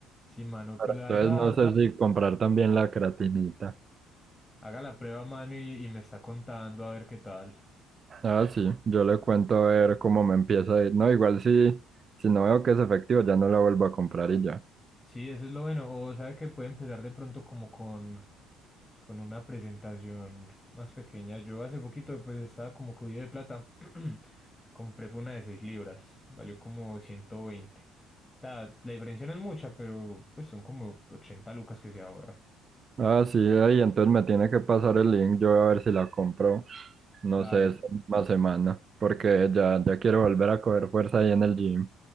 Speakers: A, on the left (about 15°); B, on the right (about 40°).
A: Sí, mano,
B: Pero
A: pues
B: Entonces
A: la verdad,
B: no sé si comprar también la creatinita.
A: haga la prueba, mano, y, y me está contando a ver qué tal.
B: Ah, sí, yo le cuento a ver cómo me empieza a ir. No, igual si, si no veo que es efectivo, ya no la vuelvo a comprar y ya.
A: Sí, eso es lo bueno. O sabe que puede empezar de pronto como con, con una presentación más pequeña. Yo hace poquito pues estaba como cubierto de plata. <clears throat> Compré fue una de 6 libras. Valió como ciento veinte O sea, la diferencia no es mucha, pero pues son como 80 lucas que se ahorra.
B: Ah, sí, ahí entonces me tiene que pasar el link, yo voy a ver si la compro, no
A: Va,
B: sé, esta misma semana, porque ya, ya quiero volver a coger fuerza ahí en el gym.